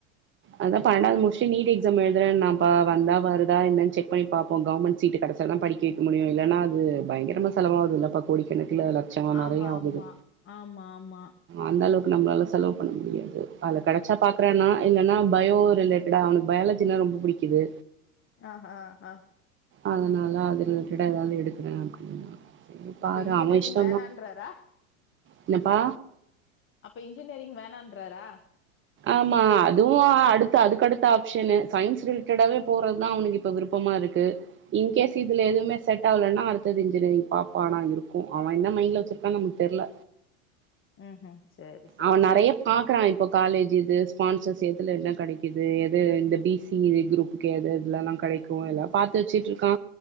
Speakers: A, on the right; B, on the left.
A: அதா பன்னண்டாவது முடுச்சு நீட் எக்ஸாம் எழுதறேன்னாப்பா வந்தா வருதா என்னனு செக் பண்ணி பாப்போ கவர்மண்ட் சீட் கெட கெடச்சா தா படிக்க வைக்க முடியு இல்லேனா அது பயங்கரமா செலவாவுது இல்லப்பா கோடிக்கண க்ல லச்சோ நெறய
B: ஆமா
A: ஆகுது
B: ஆமா ஆமா ஆமா
A: அந்த அளவு நம்மளால செலவு பண்ண முடியாது அதுல கெடச்சா பாக்குறேன்னா இல்லன்னா பயோ ரிலேட்டடா அவனுக்கு பயாலஜினா ரொம்ப புடிக்குது
B: ஆஹ ஆ
A: அதுனால அது ரிலேட்டடா ஏதாவது எடுக்குறே அப்டின்னா சரிப்பாரு
B: அப்ப இன்ஜினியரிங்
A: அவெ இஷ்டந்தா
B: வேணான்றாரா
A: என்னப்பா
B: அப்ப இன்ஜினியரிங் வேணான்றாரா
A: ஆமா அதுவு அடுத்த அதுக்கடுத்த ஆப்ஷனு சயின்ஸ் ரிலேட்டடாவே போறத்தா அவனுக்கு இப்ப விருப் பமா இருக்கு இன் கேஸ் இதுல எதுவுமே செட் ஆகலேன்னா அடுத்தது இன்ஜினியரிங் பாப்போ ஆனா இருக்கு அவெ என்ன மைண்ட்ல வச்சுருக்கான்னு நமக்கு தெர்ல
B: ம் ம் சேரி சேரிப்பா
A: அவே நெறைய பாக்குறா இப்ப காலேஜி இது ஸ்பான்சர் எதுல என்ன கெடைக்குது எது இந்த பி சி குரூப்புக்கே எது இதுலல்லா கெடைக்கும் எல்லா பாத்து வெச்சுட்டு இருக்கா